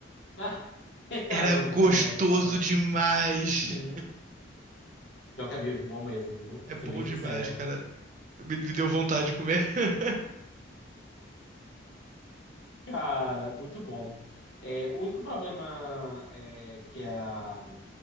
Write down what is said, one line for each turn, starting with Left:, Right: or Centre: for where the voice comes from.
Left: Ah, <laughs> eu
Right: Era gostoso
Left: adoro, saudade.
Right: demais.
Left: Uhum. Pior que é meio bom mesmo, viu?
Right: É
Left: Vou
Right: bom
Left: ser bem
Right: demais,
Left: sincero.
Right: cara. Me, me deu vontade de comer. <laughs>
Left: Cara, muito bom. É, o único problema é, que é a,